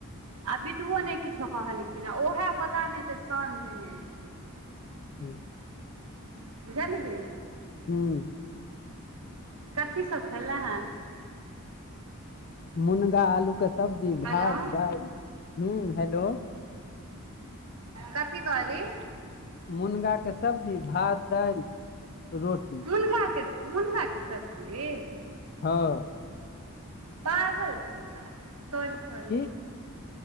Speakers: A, on the right; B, on the left.
A: आ बिटुओ नय किछो कहलखिन आ ओएहे पता नय एतै सान भेने छै <inaudible>
B: हूँ
A: बुझलही
B: हूँ
A: कथी सब खैलय हे
B: मुनगा आलू के सब्जी भात
A: हेलो
B: दाल ह हेलो
A: कथि कहली
B: मुनगा के सब्जी भात दाल रोटी
A: मुनगाके मुनगाके सब्जी
B: हँ
A: पागल छै गय सॉरी सॉरी
B: की